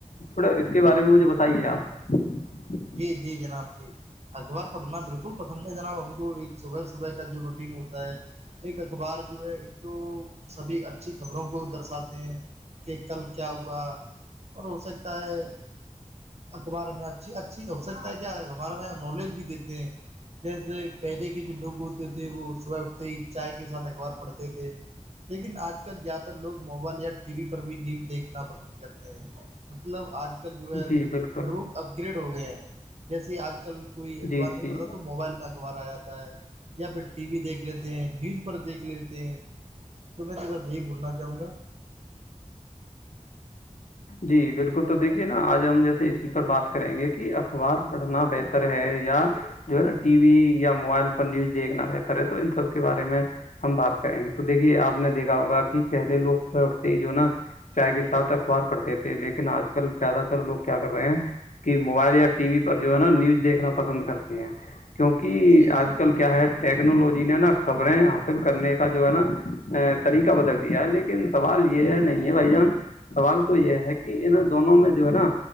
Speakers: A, on the left (about 75°); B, on the right (about 55°).
A: تھوڑا اس کے بارے میں مجھے بتائیے آپ <inaudible>
B: ج جی جناب جی اخبار پڑھنا بالکل پسند ہے جناب ہم کو ایک صبح صبح کا جو روٹین ہوتا ہے ایک اخبار جو ہے ایک تو سبھی اچھی خبروں کو درساتے ہیں کہ کل کیا ہوا اور ہو سکتا ہے اخبار میں اچھی اچ اچ ہو سکتا ہے کیا ہمارا وہ نالج بھی دیتے ہیں جیسے پہلے کے جو لوگ ہوتے تھے وہ صبح اٹھتے ہی چائے کے ساتھ اخبار پڑھتے تھے لیکن آج کل زیادہ تر لوگ موبائل یا ٹی وی پر بھی نیوز دیکھنا پسند کرتے ہیں مطلب آج کل جو ہے
A: جی بالکل
B: لوگ اپ گریڈ ہو گئے ہیں جیسے آج کل کوئی اخبار
A: جی
B: نہیں
A: جی
B: پڑھتا تو موبائل میں اخبار آ جاتا ہے یا پھر ٹی وی دیکھ لیتے ہیں نیوز پر دیکھ لیتے ہیں تو میں تیرا یہی بھولنا چاہوں گا
A: جی بالکل تو دیکھیے نا آج ہم جیسے اسی پر بات کریں گے کہ اخبار پڑھنا بہتر ہے یا جو ہے نا ٹی وی یا موبائل پر نیوز دیکھنا بہتر ہے تو ان سب کے بارے میں ہم بات کریں گے تو تو دیکھیے آپ نے دیکا ہوگا کہ پہلے لو سوبح اٹھتے ہی جو نا چائے کے ساتھ اخبار پڑھتے تھے لیکن آج کل زیادہ تر لوگ کیا رہے ہیں کہ موبائل یا ٹی وی پر جو ہے نا نیوز دیکھنا پسند کرتی ہیں کیونکہ
B: جی
A: آج
B: جی
A: کل کیا ہے ٹیکنالوجی نے نا خبریں حاصل کرنے کا جو ہے نا طریقہ بدل دیا ہے لیکن سوال یہ نہیں ہے بھائی جان سوال تو یہ ہے کہ ان دونوں میں جو ہے نا